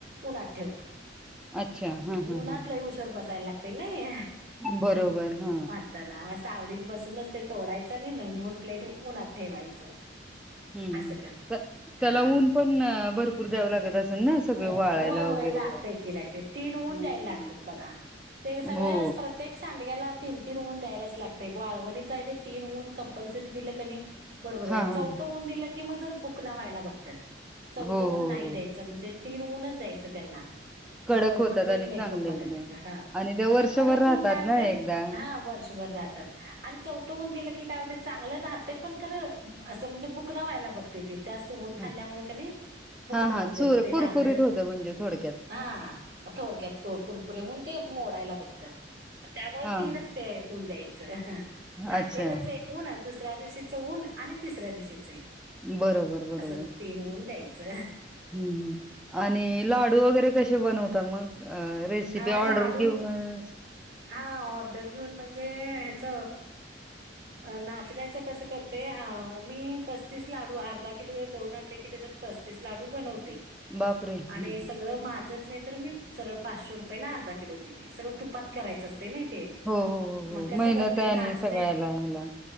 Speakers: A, on the right; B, in the centre.
A: उन्हात ठेवतो.
B: अच्छा हा हा
A: उन्हात
B: हा
A: लई उशवर बसायला लागते नाही
B: बरोबर हा
A: म्हणताना. सावळीत बसूनच ते तोडायचं आणि न नऊन प्लेट उन्हात ठेवायचं.
B: हम्म
A: असं करते. हा
B: त्याला ऊन पण भरपूर द्यावं लागत. असेल ना सगळं
A: होय
B: वाळायला
A: होय
B: वगैरे
A: लागतय की लागते तीन ऊन
B: हम्म
A: द्यायला लागतात बघा. ते सगळे
B: हो
A: प्रत्येक सांग ड्याला तीन तीन ऊन द्यायलाच लागत वाळवणीचा आहे ते तीन ऊन कंपल्सरी दिल कणी बरोबर
B: हा हा
A: चौथ ऊन दिल की मग ज बुकना व्हायला बघत्यात, चौथ
B: हो
A: ऊन
B: हो
A: नाही
B: हो
A: द्याय म्हणजे तीन ऊनच द्यायचं त्यांना.
B: कडक
A: म्हे बरोबर
B: होतात
A: ते
B: आणि
A: मेकअप
B: चांगले
A: मध्ये
B: एकदम
A: येते. ह
B: आणि ते वर्षभर
A: कडकून
B: राहतात
A: काय होतय
B: ना एकदा
A: हा वर्षभर राह आणि चौथं ऊन दिलं की काय होते, चांगलं राहतंय खरं बुकना व्हायला बघते ते. चवून
B: हा
A: खाल्ल्यामुळे क भुकना
B: हा
A: होत
B: हा चुर
A: ते मग ते
B: कुरकुरीत
A: लांबड
B: होतं म्हणजे थोडक्यात
A: हा थोडक्यात कुरकुर होन ते मोडायला बघतात. त्यामुळे
B: हा
A: तीनच ते ऊन द्यायचं घातलेलंच
B: अच्छा
A: एक ऊन, दुसर तिसऱ्या दिवशीच ऊन आणि तिसऱ्या दिवशीच एक.
B: बरोबर बरोबर
A: असं तीन ऊन द्यायचं.
B: हम्म हम्म. आणि लाडू वगैरे कसे बनवतात मग रेसिपी
A: अ
B: ऑर्डर
A: लाडू
B: घेऊनच
A: हा ऑर्डर घेऊन म्हणजे ह्याच नाचण्याचं कसं करते अ मी पस्तीस लाडू अर्धा किलो दळून आणले की त्याच्यात पस्तीस लाडू बनवते
B: बापरे! हम्म.
A: आणि सगळं माझ नाही तर मी सरळ पाचशे रुपयाला अर्धा किलो दे सळ तुपात करायचं असते नाही. ते
B: हो, हो, हो,
A: मग
B: हो.
A: कसं
B: मेहनत
A: करते
B: आहे
A: नाचणे
B: आणि सगळ्याला ह्याला.